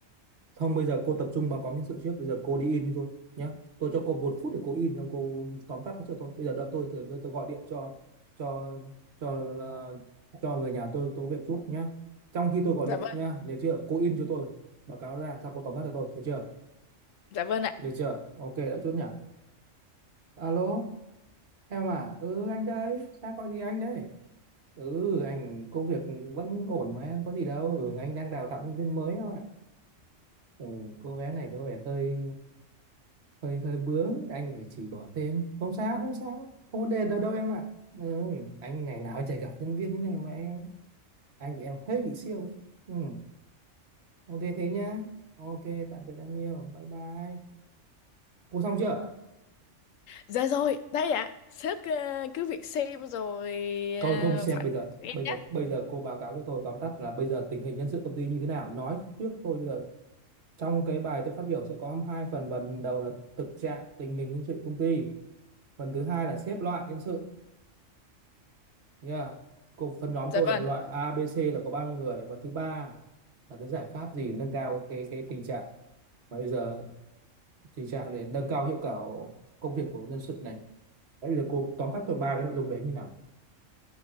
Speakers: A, on the right; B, on the left.
A: không bây giờ cô tập trung báo cáo nhân sự trước bây giờ cô đi in đi thôi nhá tôi cho cô một phút để cô in xong cô tóm tắt nó cho tôi bây giờ đợi tôi tôi, tôi, tôi gọi điện cho cho cho ờ, cho người nhà tôi tôi có việc giúp nhá trong khi tôi gọi
B: Dạ
A: điện
B: vâng,
A: nhá nhớ chưa cô in cho tôi báo cáo ra xong cô tóm tắt cho tôi được chưa
B: dạ vâng ạ.
A: Được chưa? Ok đã chốt nhỉ? Alo, em à? Ừ anh đây, sao có gì anh đây? Ừ anh công việc vẫn ổn mà em có gì đâu. Ừ anh đang đào tạo nhân viên mới em ạ. Ừ cô bé này có vẻ hơi hơi hơi bướng, anh phải chỉ bỏ thêm. Không sao, không sao. Không vấn đề đâu đâu em ạ. Ừ anh ngày nào chả gặp nhân viên như này mà em. Anh của em hơi bị siêu. Ừ ok thế nhá. Ok tạm biệt em yêu. Bye bye. Cô xong chưa?
B: Dạ rồi, đây ạ. Sếp ờ, cứ việc xem rồi
A: Tôi
B: ờ,
A: không xem
B: phản
A: bây giờ
B: hồi cho em
A: bây
B: nhé.
A: giờ bây giờ cô báo cáo cho tôi tóm tắt là bây giờ tình hình nhân sự công ty như thế nào nói trước thôi bây giờ trong cái bài tôi phát biểu sẽ có hai phần phần đầu là thực trạng tình hình nhân sự công ty phần thứ hai là xếp loại nhân sự nha cô phần nhóm
B: Dạ
A: tôi
B: vâng.
A: là loại A B C là có bao nhiêu người và thứ ba là cái giải pháp gì nâng cao cái cái tình trạng mà bây giờ tình trạng để nâng cao hiệu quả công việc của nhân sự này đấy bây giờ cô tóm tắt tôi ba cái nội dung đấy như nào